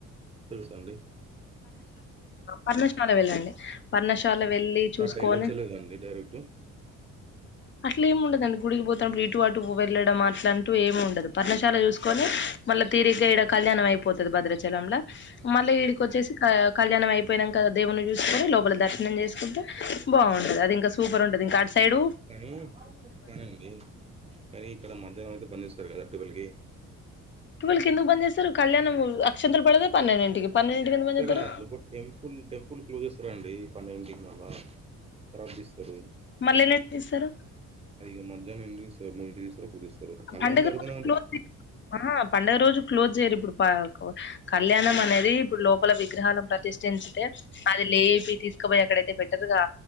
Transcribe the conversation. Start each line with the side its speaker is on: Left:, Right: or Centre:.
Right: తెలుసు అండి
Left: పర్ణశాల వెళ్ళండి పర్ణశాల వెళ్ళి చూసుకొని
Right: అట్ల వేల్లోచ్చోలేదో అండి డైరెక్ట్
Left: అట్ల ఏమి ఉండదండి గుడికి పోతున్నప్పుడు ఇటు అటు వెళ్ళడం అట్ల అంటూ ఏమి ఉండదు పర్ణశాల చూసుకొని మళ్ళా తీరిగ్గా ఈడ కళ్యాణం అయిపోతది భద్రాచలంల మళ్ళీ ఈడికోచ్చేసి ఆ కళ్యాణం అయిపోయినాంక దేవుని చూసుకొని లోపల దర్శనం చేసుకుంటే బాగుంటది అది ఇంకా స్ సూపర్ ఉంటది ఇంకా అటు సైడ్
Right: కానీ కనీండి కనీ ఇక్కడ మధ్యాహ్నం అయితే బాలే స్ త్వరగాత వాళ్ళకి
Left: టువెల్కి ఎందుకు బంద్ చేస్తారు కళ్యాణం అక్షంతలు పడేదే పన్నెండింటికి పన్నెండింటికి ఎందుకు
Right: ఇక్కడ
Left: బంద్ చేత్తరు
Right: నువ్ టెంపుల్ టెంపుల్ క్లోజ్ చేస్తారాండి ఈ పన్నెండింటి కల్ల ప్రబ్జిస్తారు
Left: మళ్ళీ ఎన్నింటికి తీస్తారు
Right: అఇగా మధ్యాహ్న ఎం దస్తారు మూడు దవస ఏం చేస్తుర్రూ కళ్యాణం
Left: పండుగ
Right: జరుగుతున్నా
Left: రోజు
Right: అండి
Left: క్లోజ్ ఆహా పండుగ రోజు క్లోజ్ చేయ్యరు ఇప్పుడు కళ్యాణం అనేది ఇప్పుడు లోపల విగ్రహాలను ప్రతిష్ఠంచితే అది లేపి తీసుకపోయి అక్కడైతే బెటర్గా